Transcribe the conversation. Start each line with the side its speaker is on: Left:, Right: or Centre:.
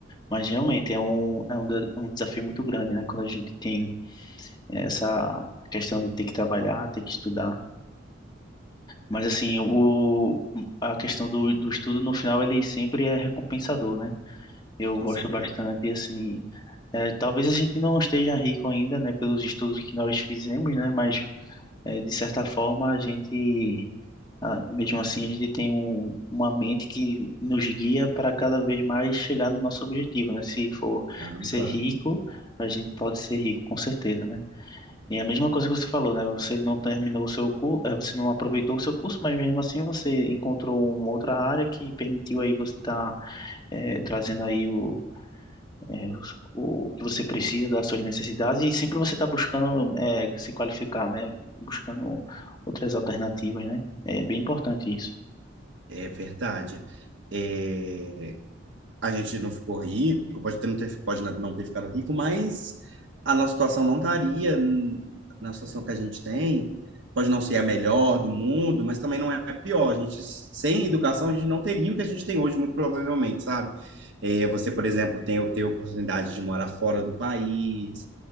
Left: Mas realmente é um, é um, de- um desafio muito grande, né? Quando a gente tem essa questão de ter que trabalhar, ter que estudar. Mas assim, o, a questão do, do estudo no final ele sempre é recompensador, né? Eu
Right: Com
Left: gosto
Right: certeza.
Left: bastante, assim, É, talvez a gente não esteja rico ainda, né, pelos estudos que nós fizemos, né, mas é, de certa forma a gente, ah, mesmo assim, a gente tem um- uma mente que nos guia para cada vez mais chegar no nosso objetivo, né? Se for
Right: Ah,
Left: ser
Right: claro.
Left: rico, a gente pode ser rico, com certeza, né? E é a mesma coisa que você falou, né? Você não terminou o seu curso, você não aproveitou o seu curso, mas mesmo assim você encontrou uma outra área que permitiu aí você estar trazendo aí o é, os- o que você precisa das suas necessidades e sempre você está buscando é, se qualificar, né? Buscando outras alternativas, né? É bem importante isso.
Right: É verdade. É, a gente não ficou rico, pode ter, não ter, pode não ter ficado rico, mas a nossa situação não estaria hum, na situação que a gente tem. Pode não ser a melhor do mundo, mas também não é a pior. A gente, sem educação, a gente não teria o que a gente tem hoje, muito provavelmente, sabe? É, você, por exemplo, tem ter oportunidade de morar fora do país,